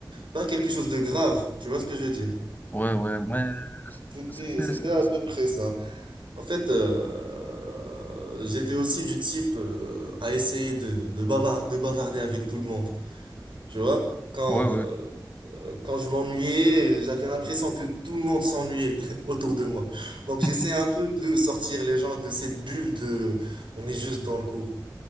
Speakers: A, on the right (about 85°); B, on the left (about 20°).
A: pas quelque chose de grave. Tu vois ce que je veux dire?
B: Ouais, ouais, mais...
A: C'était,
B: c'est-
A: c'était
B: c'est-
A: à
B: c'est-
A: peu près ça. En fait, euh, j'étais aussi du type euh, à essayer de, de, bavar- de bavarder avec tout le monde. Tu vois? Quand,
B: Ouais, ouais.
A: euh, quand je m'ennuyais, j'avais l'impression que tout le monde s'ennuyait <laughs> autour de moi. Donc j'essaie
B: <laughs>
A: un peu de sortir les gens de cette bulle de on est juste dans le cours.